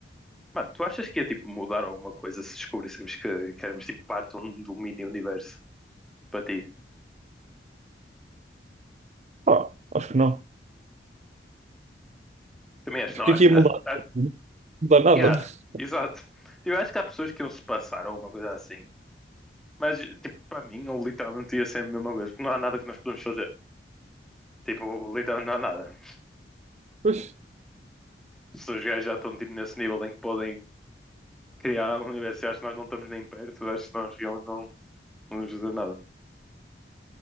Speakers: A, in the centre; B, on the right.
A: mano, tu achas que ia tipo mudar alguma coisa se descobríssemos que, que éramos tipo parte de um, de um mini universo para ti?
B: Ah, acho que não.
A: Também acho,
B: Porque
A: não, acho
B: aqui
A: que.
B: ia mudar,
A: Ah,
B: não mudar nada,
A: yeah,
B: mas
A: exato. Eu acho que há pessoas que iam se passar ou uma coisa assim. Mas, tipo, para mim, eu literalmente ia ser a mesma coisa, porque não há nada que nós podemos fazer. Tipo, literalmente não há nada.
B: pois,
A: Se os gajos já estão, tipo, nesse nível em que podem criar um universo. Acho que nós não estamos nem perto, acho que nós realmente não, não nos ajuda nada.